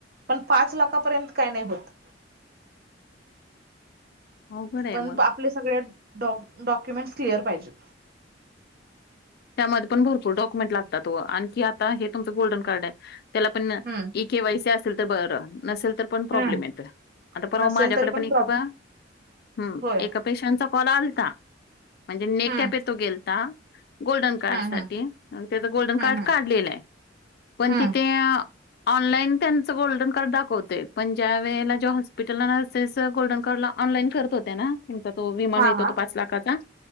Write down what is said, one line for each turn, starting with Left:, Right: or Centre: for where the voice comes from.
Right: पण पाच लाखापर्यंत काय नाही होत.
Left: <inaudible> अवघड आहे
Right: पण
Left: मग.
Right: आपले सगळे डाॅ- डॉक्युमेंट क्लिअर पाहिजेत.
Left: त्यामध्ये पण भरपूर डॉक्युमेंट लागतात व आणखी आता हे तुमचं गोल्डन कार्डये त्याला पण
Right: हम्म
Left: ई केवायसी असेल तर बर नसेल तर पण प्रॉब्लेम
Right: हम्म.
Left: येतय आता परवा
Right: नसेल
Left: माझ्याकडे
Right: तरी
Left: पण एकदा
Right: प्रॉब
Left: हम
Right: होय.
Left: एक पेशंटचा कॉल आलता म्हणजे नेट
Right: हम्म
Left: कॅपेत तो गेलता गोल्डन कार्ड
Right: हम्म
Left: साठी
Right: हम्म
Left: त्याच गोल्डन
Right: हम्म
Left: कार्ड
Right: हम्म
Left: काढलेलं आहे पण
Right: हम्म.
Left: तिथे अअ ऑनलाईन त्यांचं गोल्डन कार्ड दाखवतय पण ज्या वेळेला ज्या हॉस्पिटलला नर्सेस गोल्डन कार्ड ला ऑनलाईन करत होत्या ना तुमचा तो विमा
Right: हा
Left: मिळतो
Right: हा
Left: तो पाच लाखाचा